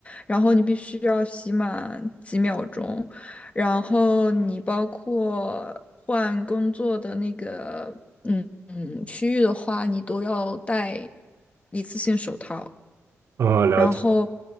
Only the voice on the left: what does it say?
然后你必须要洗满几秒钟。然后你包括换工作的那个，嗯嗯，区域的话，你都要戴一次性手套，
然后